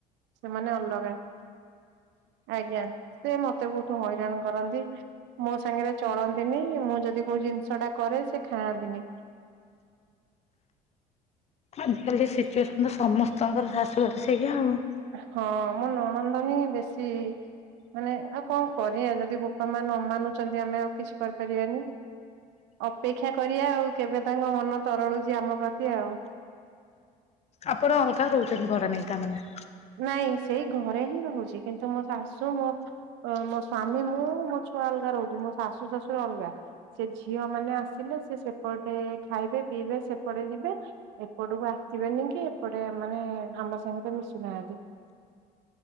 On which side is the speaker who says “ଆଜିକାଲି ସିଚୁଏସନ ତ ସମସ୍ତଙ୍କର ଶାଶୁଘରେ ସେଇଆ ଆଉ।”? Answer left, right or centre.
Left